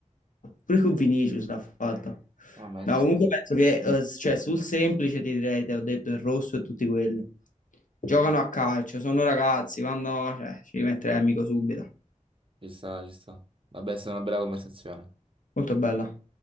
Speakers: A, on the left; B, on the right.
A: Pure con Vinicius l'ha fatta.
B: Ah, ma
A: No,
B: ci sta,
A: comunque penso che eh, cioè, sul semplice ti direi, te ho detto il rosso e tutti quelli. Giocano a calcio, sono ragazzi, vanno, cioè, ci metterei amico subito.
B: ci sta, ci sta. Vabbè, è stata una bella conversazione.
A: Molto bella.